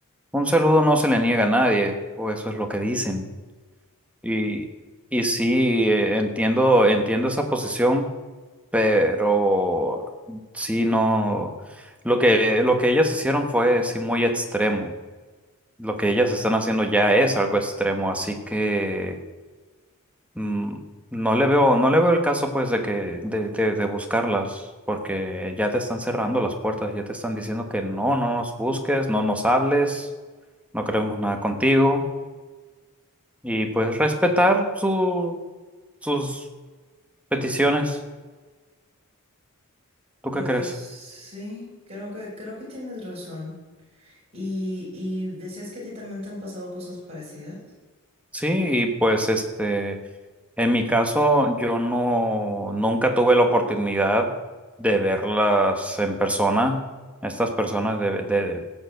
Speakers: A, in the centre; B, on the right.
A: Un saludo no se le niega a nadie, o eso es lo que dicen. Y, y sí, eh, entiendo, entiendo esa posición, pero sí, no. Lo que, lo que ellas hicieron fue sí muy extremo. Lo que ellas están haciendo ya es algo extremo, así que Mm, No le veo, no le veo el caso pues de que de, de, de buscarlas, porque ya te están cerrando las puertas, ya te están diciendo que no, no nos busques, no nos hables, no queremos nada contigo y pues respetar su, sus peticiones. ¿Tú
B: Pues
A: qué crees?
B: sí, creo que, creo que tienes razón. Y, y decías que a ti también te han pasado cosas parecidas.
A: Sí, y pues este, en mi caso yo no, nunca tuve la oportunidad de verlas en persona, estas personas de de,